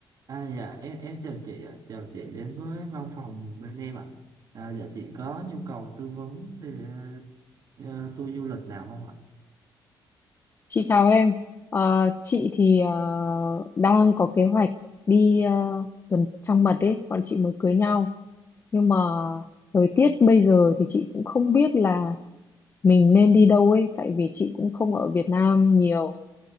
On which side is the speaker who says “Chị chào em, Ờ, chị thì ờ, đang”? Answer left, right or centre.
Left